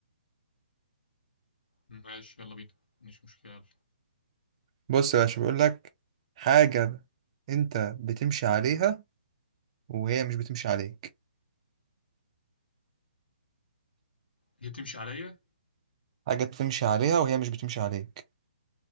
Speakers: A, on the left (about 80°); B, on the right (about 40°).
A: ماشي يلا بينا مش مشكلة يلا
B: بص يا باشا بقول لك حاجة انت بتمشي عليها وهي مش بتمشي عليك
A: هي تمشي عليا
B: حاجة بتمشي عليها وهي مش بتمشي عليك